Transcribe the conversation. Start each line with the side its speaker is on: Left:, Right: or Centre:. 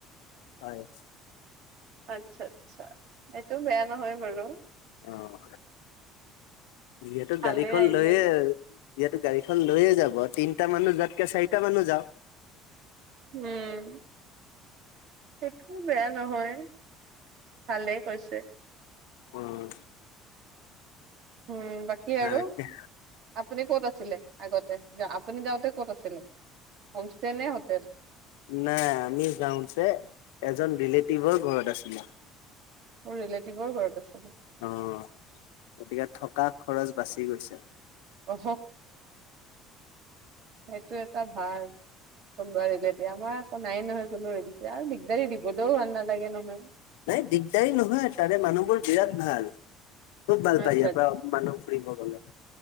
Left: হয়।
Right: আচ্ছা আচ্ছা এইটো বেয়া নহয় বাৰু।
Left: অঁ। যিহেতো
Right: ভালে
Left: গাড়ীখন
Right: আইডিয়া
Left: লৈয়ে। যিহেতু গাড়ীখন লৈয়ে যাব তিনটা মানুহ যাতকে চাৰিটা মানুহ যাওঁ।
Right: উম, সেইটো বেয়া নহয়। ভালেই কৈছে।
Left: উম।
Right: উম, বাকী
Left: নাই
Right: আৰু আপুনি ক'ত আছিলে আগতে? আপুনি যাওঁতে ক'ত আছিলে হোমষ্টে নে হোটেল
Left: নাই আমি যাওঁতে এজন ৰিলেটিভৰ ঘৰত আছিলো
Right: মোৰ ৰিলেটিভৰ ঘৰত আছে
Left: অ গতিকে থকা খৰচ বাচি গৈছে <inaudible>
Right: অ সেইটো এটা ভাল তুম বিলেতিয়া আমাৰ নাই নয় কোৰে আৰু দিগদাৰী দিবলৈও ভাল নালাগে নহয়
Left: নাই দিগদাৰ নহয় ছাৰে মানুহবোৰ বিৰাট ভাল খুব ভাল
Right: আচ্ছা
Left: পায়ে ইয়াতে মানুহ ফুৰিব গ'লে